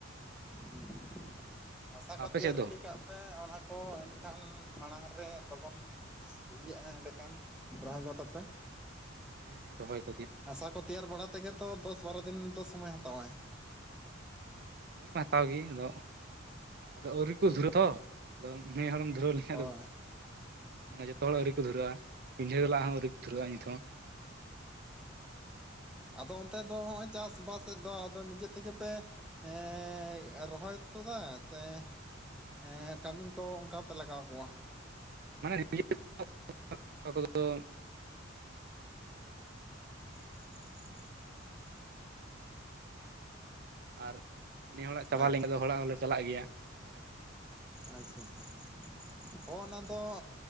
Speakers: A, in the centre; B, on the right.
A: ᱦᱩᱸ᱾ ᱦᱟᱥᱟ ᱠᱚ,
B: ᱟᱯᱮ
A: ᱛᱮᱭᱟᱨ
B: ᱥᱮᱫ
A: ᱨᱮᱰᱤ
B: ᱫᱚ
A: ᱠᱟᱜ ᱯᱮ, ᱚᱱᱟ ᱠᱚ ᱮᱱᱠᱷᱟᱱ ᱢᱟᱲᱟᱝ ᱨᱮ, ᱞᱚᱜᱚᱱ ᱤᱭᱟᱹᱼᱟ, ᱮᱸᱰᱮᱠᱷᱟᱱ ᱨᱚᱦᱟ ᱜᱚ ᱛᱟᱯᱮ ᱾
B: ᱦᱮᱸᱦᱮᱸ ᱨᱚᱦᱚᱭ ᱠᱚ, ᱜᱮ ᱾
A: ᱦᱟᱥᱟ ᱠᱚ, ᱛᱮᱭᱟᱨ ᱵᱟᱲᱟ ᱛᱮᱜᱮ ᱛᱚ, ᱫᱚᱥ ᱵᱟᱨᱚ ᱫᱤᱱ ᱫᱚ, ᱥᱚᱢᱚᱭ ᱦᱟᱛᱟᱣᱟᱭ ᱾
B: ᱦᱮᱸ, ᱥᱚᱢᱚᱭ ᱢᱟᱭ, ᱦᱟᱛᱟᱣ ᱜᱮ ᱾ ᱟᱫᱚ?
A: <inaudible>
B: ᱫᱚ, ᱟᱹᱣᱨᱤ ᱠᱚ ᱫᱷᱩᱨᱟᱹ ᱛᱚ, ᱟᱫᱚ ᱱᱩᱭ ᱦᱟᱲᱟᱢ ᱫᱷᱩᱨᱟᱹᱣ ᱞᱮᱠᱷᱟᱱᱟ
A: ᱦᱳᱭ
B: ᱫᱚ ᱾ ᱟᱼ, ᱢᱟᱱᱮ ᱡᱚᱛᱚ ᱦᱚᱲᱟᱜ ᱟᱹᱣᱨᱤ ᱠᱚ, ᱫᱷᱩᱨᱟᱣᱟ,, ᱯᱤᱸᱰᱷᱟᱹ ᱞᱟᱜ ᱦᱚᱸ, ᱟᱹᱣᱨᱤ ᱠᱚ ᱫᱷᱩᱨᱟᱹᱣᱟ, ᱱᱤᱛ ᱦᱚᱸ᱾ <inaudible> <inaudible>
A: ᱟᱫᱚ, ᱚᱱᱛᱮ ᱫᱚ ᱦᱚᱸᱜᱼᱚᱭ, ᱪᱟᱥᱵᱟᱥᱮᱫ ᱫᱚ, ᱟᱫᱚ ᱱᱤᱡᱮ ᱛᱮᱜᱮ ᱯᱮ ᱾ ᱮᱸᱻᱮ, ᱨᱚᱦᱚᱭ ᱛᱚ ᱫᱟ ᱥᱮ? ᱦᱮᱸᱻ ᱠᱟᱹᱢᱤ ᱠᱚ, ᱚᱱᱠᱟ ᱯᱮ, ᱞᱟᱜᱟᱣ ᱠᱚᱣᱟ ᱾
B: ᱢᱟᱱᱮ, <unintelligible> ᱱᱤᱡ ᱠᱚᱫᱚ ᱺ
A: <inaudible>
B: ᱟᱨ ᱱᱤᱭ, ᱦᱚᱲᱟᱜ ᱪᱟᱵᱟ
A: ᱟᱪᱪᱷᱟ
B: ᱞᱮᱱᱠᱷᱟᱱ ᱫᱚ, ᱦᱚᱲᱟᱜ ᱦᱚᱞᱮ ᱪᱟᱞᱟᱜ ᱜᱮᱭᱟ ᱾ ᱦᱳ ᱾
A: ᱟᱪᱪᱷᱟ ᱟᱪᱪᱷᱟ ᱾ ᱦᱚᱸ ᱚᱱᱟ ᱫᱚ,